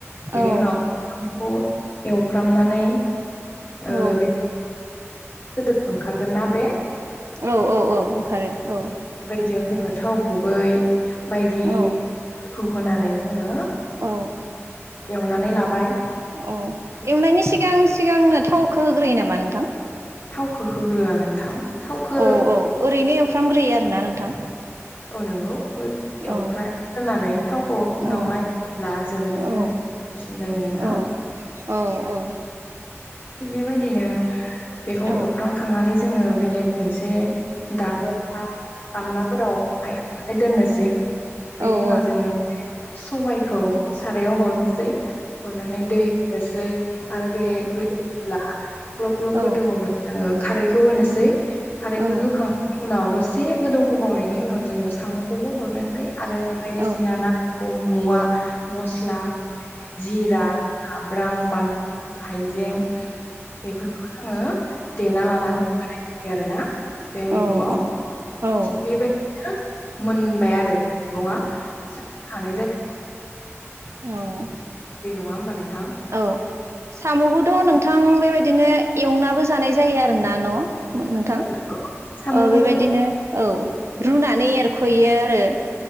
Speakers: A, on the left (about 45°); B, on the right (about 65°).
A: बेनि
B: औ
A: उनाव <unintelligible> एवफ्रामनानै
B: औ
A: ओ बे सोदोब ओंखारगोन ना बे
B: औ औ औ ओंखारो औ
A: बायदियाव जोङो थाव गुबै बायदिफोरखौ
B: औ
A: होनानै जोङो
B: औ
A: एवनानै लाबाय
B: औ एवनायनि सिगां सिगांनो थावखौ होग्रोयो नामा नोंथां
A: थावखौ होग्रोआ नोंथां थावखौ
B: औ औ ओरैनो एवफ्रामग्रोयो आरोना नोंथां
A: औ नंगौ एवफ्राम
B: औ
A: होनानै थावखौ उनावहाय
B: औ
A: होब्ला जोबोरैनो
B: औ
A: दसेनो जायो नोंथां
B: औ औ औ
A: थिग बेबायदिनो बेखौ
B: औ
A: एवफ्रामखांनानै जोङो बेलेग मोनसे दाबोर बा गामला फोराव हायखांनानै दोननोसै बेनि
B: औ
A: उनाव जोङो सबायखौ सारायाव हरनोसै हरनानै दै होनोसै आरो बे गोदौवोब्ला ग्लब ग्लब
B: औ
A: गोदौवोब्ला जोङो खारैखौ होनोसै खारैखौ
B: औ
A: होखांनायनि उनाव दसे गोदौ होबावनायनि उनाव जोङो साम'खौबो हरनोसै। आरो बायदिसिना
B: औ
A: नांगौ मुवा मस्ला जिरा जाब्रां बानलु हाइजें बेफोरखौ जोङो देना लानानै होनाय जायो आरोना। बे मैगङाव
B: औ औ औ।
A: थिग बेबायदिनो मोनबाय आरो मैगङा थानाय जाय
B: उम्म
A: नंङा होनबा नोंथां?
B: औ साम'खौथ' नोंथां बेबायदिनो एवनाबो जानाय जायो आरोना न'? नोंथां
A: औ नंगौ साम'खौ
B: औ बेबायदिनो
A: जों
B: औ रुनानै एर खुयो आरो